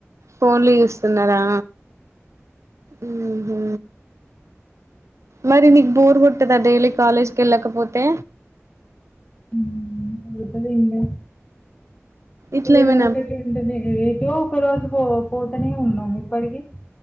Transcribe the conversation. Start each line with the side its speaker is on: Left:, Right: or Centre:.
Right: ఫోన్లు చూస్తున్నారా ఉహు మరి నీకు బోర్కొట్టదా డైలీ కాలేజ్కి వెళ్ళకపోతే
Left: ఉహ్ ఒత్తదె ఇంగ
Right: ఇట్లా
Left: ఏదో
Right: ఏమైనా
Left: ఒకటి ఉంటెనె ఏదో ఒకరోజు పో పోతనే ఉన్నాము ఇప్పటికీ